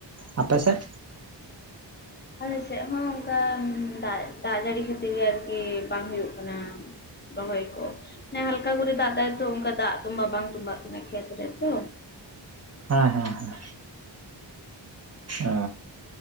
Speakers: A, on the right (about 35°); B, on the left (about 25°).
A: ᱟᱯᱮ ᱥᱮᱫ?
B: ᱟᱞᱮᱥᱮᱫ ᱦᱚᱸ ᱚᱱᱠᱟ ᱫᱟᱜ ᱡᱟᱹᱲᱤ ᱠᱷᱟᱹᱛᱤᱨ ᱜᱮ ᱟᱨᱠᱤ ᱵᱟᱝ ᱦᱩᱭᱩᱜ ᱠᱟᱱᱟ᱾ ᱨᱚᱦᱚᱭ ᱠᱚ ᱚᱱᱮ ᱦᱟᱞᱠᱟ ᱠᱚᱨᱮ ᱫᱟᱜ ᱫᱟᱭ ᱛᱚ ᱚᱱᱠᱟ ᱫᱟᱜ ᱛᱚᱸᱵᱟ ᱵᱟᱝ ᱛᱚᱸᱵᱟᱜ ᱠᱟᱱᱟ ᱠᱷᱮᱛ ᱨᱮᱛᱚ᱾
A: ᱦᱮᱸ ᱦᱮᱸ ᱦᱮᱸ᱾ ᱚ,